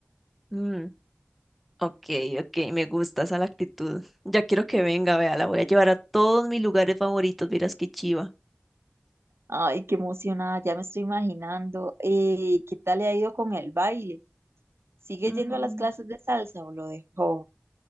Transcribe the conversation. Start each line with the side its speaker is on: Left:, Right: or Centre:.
Centre: Mm, ok, ok, me gusta esa la actitud. Ya quiero que venga, vea, la voy a llevar a todos mis lugares favoritos, vieras qué chiva.
Right: Ay, qué emocionada, ya me estoy imaginando. Eh, ¿qué tal le ha ido con el baile? ¿Sigue
Centre: Mm.
Right: yendo a las clases de salsa o lo dejó?